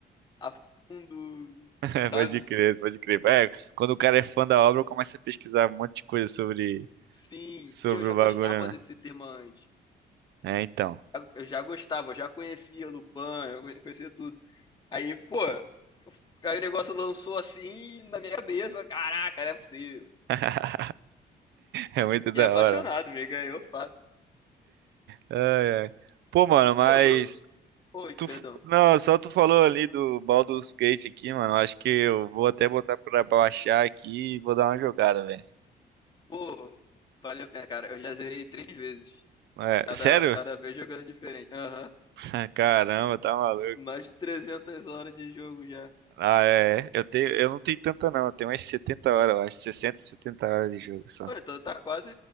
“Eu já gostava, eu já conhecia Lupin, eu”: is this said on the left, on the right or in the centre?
Left